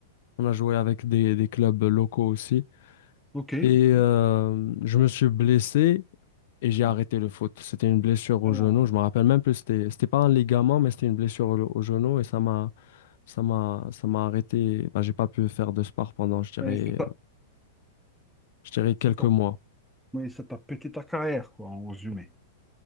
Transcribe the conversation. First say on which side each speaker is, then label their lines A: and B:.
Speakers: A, on the left (about 55°); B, in the centre.
A: on a joué avec des, des clubs locaux aussi.
B: Ok.
A: Et euh, je me suis blessé et j'ai
B: Ah.
A: arrêté le foot. C'était une blessure au
B: Alors,
A: genou. Je me rappelle même plus. C'était, c'était pas un ligament, mais c'était une blessure au, au genou et ça m'a. Ça m'a, ça m'a arrêté. Bah, j'ai pas pu faire de sport pendant, je dirais,
B: ben, c'est pas-
A: euh, je dirais quelques
B: c'est pas
A: mois.
B: Oui, ça t'a pété ta carrière, quoi, en résumé.